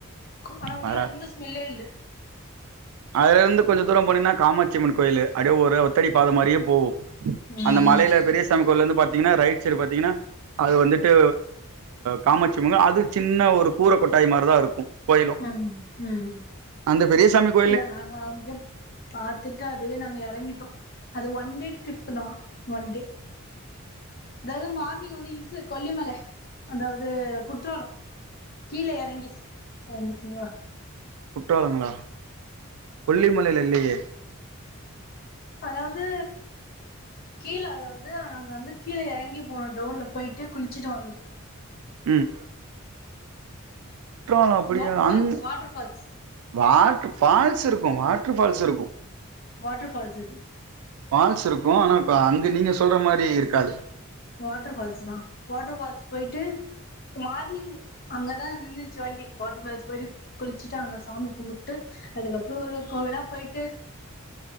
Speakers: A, on the left; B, on the right.
A: கு ஆனா
B: மாறாது
A: உள்ள எந்த ஸ்மெல்லு இல்ல
B: அதுலருந்து கொஞ்சொ தூரொ போனீங்கன்னா காமாட்சியம்மன் கோயிலு அடியே ஒரு ஒத்தடி பாத மாரியே போவு
A: ம்
B: அந்த மலையில பெரிய சாமி கோவில்லருந்து பாத்தீங்கன்னா ரைட் சைடு பாத்தீங்கன்னா அது வந்துட்டு காமாட்சிமங்கொ அது சின்ன ஒரு கூர கொட்டாயி மாரிதா இருக்கு கோயிலு
A: ம் ம்
B: அந்த பெரிய சாமிக்
A: இல்ல நாங்க அங்யேப் பாத்துட்டு அதுவே நாங்க எறங்கிட்டோ அது ஒ ஒன் டே ட்ரிப்பு தா ஒன் டே அதாவது மார்னிங் வந்து இல்ஸு கொல்லிமல அந்தாவது குற்றாலம் கீல எறங்கி போவோ பத்தீங்களா
B: குற்றாலங்களா கொல்லிமலைல இல்லியே
A: அதாவது கீல அதாவது நாங்க வந்து கீல எறங்கி போனோ டவுன்ல போயிட்டு குளிச்சுட்டு வந்தோ
B: ம் குற்றாலோ அப்டியா
A: water falls
B: an
A: water falls
B: வா ஃபால்ஸ் இருக்கு வாட்டர் ஃபால்ஸ் இருக்கு
A: வாட்டர் ஃபால்ஸ் இது
B: ஃபால்ஸ் இருக்கு ஆனா அ அங்க நீங்க சொல்ற மாரி இருக்காது
A: வாட்டர் ஃபால்ஸ் தா வாட்டர் பால்ஸ் போய்ட்டு மார்னிங் அங்கதா நின்ந்துச்சு வண்டி வாட்டர்பால்ஸ் போயிட்டு குளிச்சுட்டு அங்க சாமி கும்ட்டு ட்டு அதுக்கப்புறோ ஒரு ஒரு கோவிலா போயிட்டு